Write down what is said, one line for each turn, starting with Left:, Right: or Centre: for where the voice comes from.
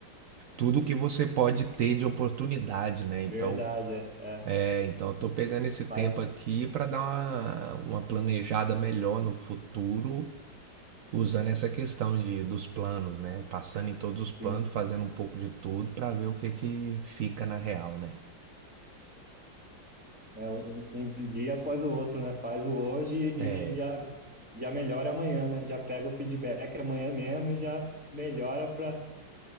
Right: tudo que você pode ter de oportunidade, né?
Centre: verdade,
Right: Então,
Centre: é, é,
Right: é, então eu tô pegando esse tempo
Centre: faz,
Right: aqui para dar uma, uma planejada melhor no futuro Usando essa questão de dos planos, né, passando em todos os
Centre: sim.
Right: planos, fazendo um pouco de tudo para ver o que que fica na real, né.
Centre: É um, um um dia após o outro, né? Faz o hoje e
Right: É,
Centre: já, já melhora amanhã, né? Já pega o feedback amanhã mesmo e já melhora para